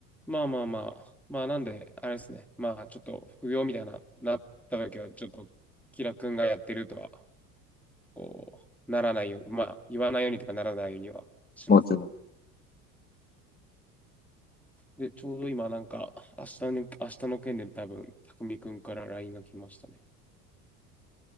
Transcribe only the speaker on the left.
もちもち